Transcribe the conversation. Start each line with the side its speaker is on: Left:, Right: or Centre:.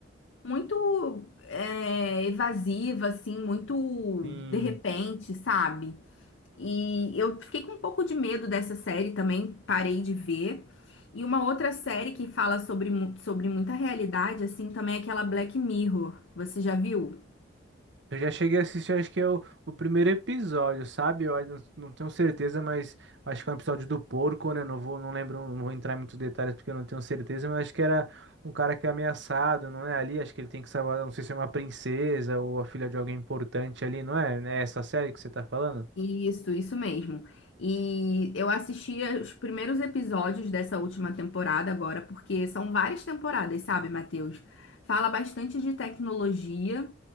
Left: muito é, evasiva, assim, muito
Right: Sim.
Left: de repente, sabe? E eu fiquei com um pouco de medo dessa série também, parei de ver. E uma outra série que fala sobre, mu- sobre muita realidade, assim, também é aquela Black Mirror. Você já viu?
Right: Eu já cheguei a assistir, acho que é o, o primeiro episódio, sabe? Eu ainda não tenho certeza, mas acho que é um episódio do porco, né? Não vou, não lembro, não vou entrar em muitos detalhes porque eu não tenho certeza, mas acho que era um cara que é ameaçado, não é? Ali, acho que ele tem que salvar, não sei se é uma princesa ou a filha de alguém importante ali, não é? É essa série que você tá falando?
Left: Isso, isso mesmo. E eu assisti os primeiros episódios dessa última temporada agora, porque são várias temporadas, sabe, Matheus? Fala bastante de tecnologia,